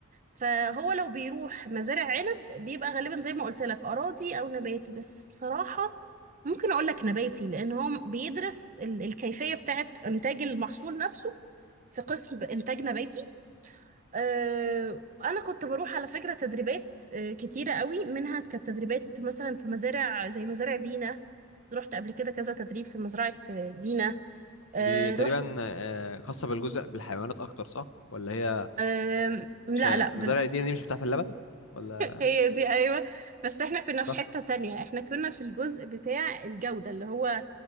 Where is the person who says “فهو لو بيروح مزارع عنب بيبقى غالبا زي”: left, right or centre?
Right